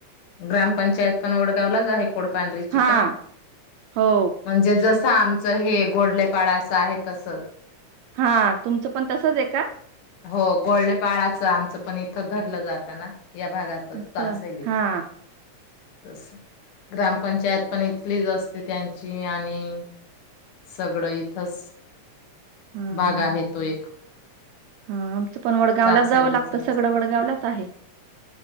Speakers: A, on the left (about 85°); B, on the right (about 80°).
A: ग्रामपंचायत पण वडगाव ला आहे कोडपांढरीची
B: हा
A: का.
B: हो
A: म्हणजे जस आमचं हे गोडलेपाड असं आहे तस.
B: हा तुमचं पण तसच आहे का?
A: हो गोल्डे पाळाच आमचं पण इथं धरलं जातं ना. या भागातच
B: असं
A: चांसयली.
B: हा
A: तस ग्रामपंचायत पण इथलीच असते. त्यांची आणि. सगळं इथच
B: हा
A: भाग आहे. तो एक.
B: हा आमचं पण वडगावला
A: चासयलीचा
B: जावं लागत. सगळं वडगावलाच आहे.